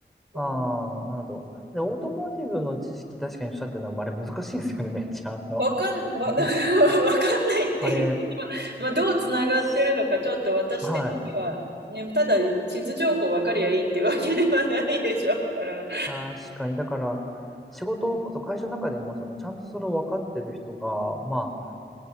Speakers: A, on the right (about 70°); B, in the centre.
A: 思
B: ああ、なるほど。で、オートモーティブの知識、確かにおっしゃってたのも、あれ難しいんですよね、めっちゃ。あの、
A: わかん、わ、<laughs>
B: です。
A: わかんないっていう、
B: あれ、
A: まあ、どうつながってるのか、
B: す
A: ちょっと私的には、
B: はい。
A: ね、ただ地図情報わかりゃいいってわけではないでしょうから。
B: 確かに。だから、仕事と会社の中でも、その、ちゃんとそれを分かってる人が、まあ